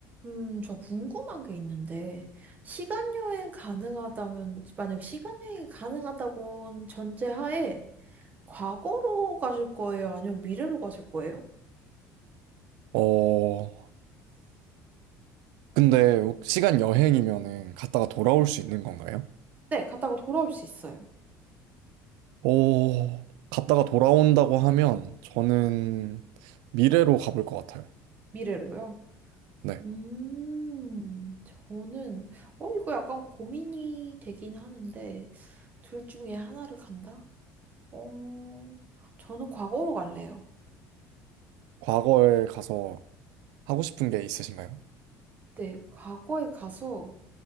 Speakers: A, on the right; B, on the right.
A: 음, 저 궁금한 게 있는데, 시간 여행 가능하다면, 만약에 시간 여행이 가능하다고 전제하에, 과거로 가실 거예요? 아니면 미래로 가실 거예요?
B: 어, 근데 시간 여행이면은 갔다가 돌아올 수 있는 건가요?
A: 네, 갔다가 돌아올 수 있어요.
B: 어, 갔다가 돌아온다고 하면 저는 미래로 가볼 것 같아요.
A: 미래로요.
B: 네.
A: 음, 저는, 어, 이거 약간 고민이 되긴 하는데, 둘 중에 하나를 간다? 어, 저는 과거로 갈래요.
B: 과거에 가서 하고 싶은 게 있으신가요?
A: 네, 과거에 가서,